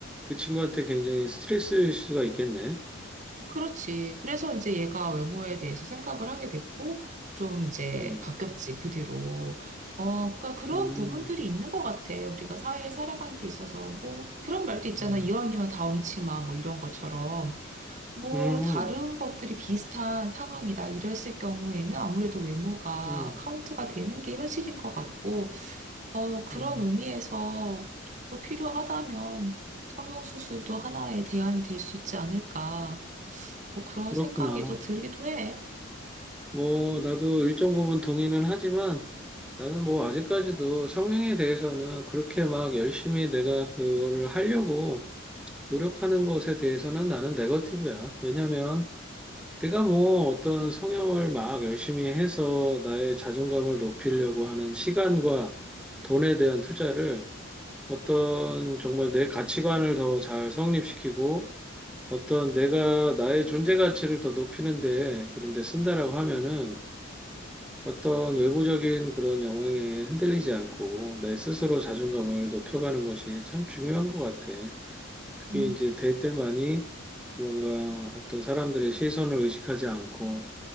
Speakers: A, in the centre; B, on the right.
A: 그 친구한테 굉장히 스트레스일 수가 있겠네.
B: 그렇지. 그래서 이제 얘가 외모에 대해서 생각을 하게 됐고, 좀 이제
A: 음,
B: 바뀌었지, 그 뒤로. 어, 그러니까 그런
A: 음,
B: 부분들이 있는 것 같아. 우리가 사회에 살아가는 데 있어서. 뭐, 그런 말도 있잖아.
A: 음,
B: 이왕이면 다 엉치마, 뭐 이런 것처럼. 뭐,
A: 음,
B: 다른 것들이 비슷한 상황이다. 이랬을 경우에는 아무래도 외모가
A: 음,
B: 카운트가 되는 게 현실인 것 같고, 어, 그런
A: 음.
B: 의미에서 또 필요하다면 성형수술도 하나의 대안이 될 수 있지 않을까. 뭐 그런
A: 그렇구나.
B: 생각이 또 들기도 해.
A: 뭐, 나도 일정 부분 동의는 하지만 나는 뭐 아직까지도 성향에 대해서는 그렇게 막 열심히 내가 그거를 하려고 노력하는 것에 대해서는 나는 네거티브야. 왜냐면 내가 뭐 어떤 성향을 막 열심히 해서 나의 자존감을 높이려고 하는 시간과 돈에 대한 투자를 어떤 정말 내 가치관을 더 잘 성립시키고 어떤 내가 나의 존재 가치를 더 높이는데 그런데 쓴다라고 하면은 어떤 외부적인 그런 영향에 흔들리지 않고 내 스스로 자존감을 높여가는 것이 참 중요한 것 같아. 그게
B: 음,
A: 이제 될 때만이 뭔가 어떤 사람들의 시선을 의식하지 않고